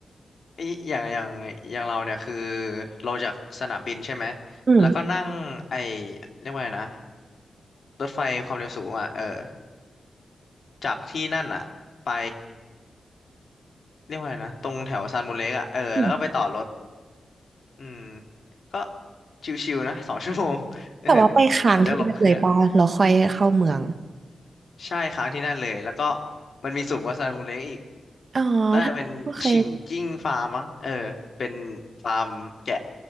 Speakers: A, on the left; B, on the right.
A: ไอยอย่างอย่างอย่างเราเนี่ยคือเราจากสนามบินใช่ไหม
B: อืม
A: แล้วก็นั่งไอเรียกว่าไงนะ รถไฟความเร็วสูงอ่ะเออจากที่นั่นอ่ะไปเรียกว่าไงนะ ตรงแถวซานมูเล็กอ่ะเออแล้วก็ไปต่อรถ
B: อืม
A: อืมก็ชิวๆนะ <laughs> สองชั่วโมงเออ
B: แต่ว่าไปค้างที่นั่นเลยป่ะเราค่อยเข้าเมือง
A: หลังจากลงเครื่อง ใช่ค้างที่นั่นเลยแล้วก็มันมีสูงกว่าซานมูเล็กอีก
B: อ๋อถ้าโอเค
A: น่าจะเป็นฉิงจิ้งฟาร์มมั้งเออเป็นฟาร์มแกะ